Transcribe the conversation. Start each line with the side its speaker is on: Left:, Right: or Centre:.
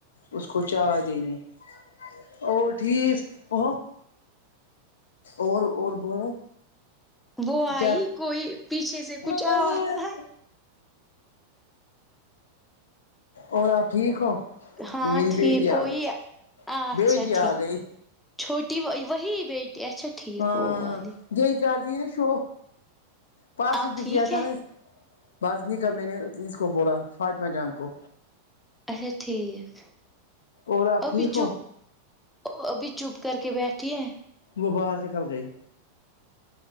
Left: اس کو چائے دینی ہے اور ٹھیک وہ اور اور بولو
Centre: وہ آئی
Left: کیا
Centre: کوئی پیچھے سے کچھ
Left: مجھے
Centre: آواز
Left: نہیں
Centre: آئے
Left: اور آپ ٹھیک ہو
Centre: ہاں
Left: یہ میری
Centre: ٹھیک
Left: بیٹی آ
Centre: کوئی
Left: گئی
Centre: اچھا
Left: بیٹی
Centre: ٹھیک
Left: آ گئی
Centre: چھوٹی و وہی بیٹی اچھا ٹھیک
Left: ہاں
Centre: وہ والی
Left: دی کر دی نا شو پرسوں
Centre: آپ
Left: بھی
Centre: ٹھیک
Left: کیایا
Centre: ہے
Left: تھا نا باز نہیں کر میں نے اس کو بولا فاطمہ جان کو
Centre: اچھا ٹھیک
Left: اور آپ
Centre: ابھی
Left: ٹھیک
Centre: چب
Left: ہو
Centre: وہ ابھی چپ کر کے بیٹھی ہے
Left: وہ باہر سےکل گئی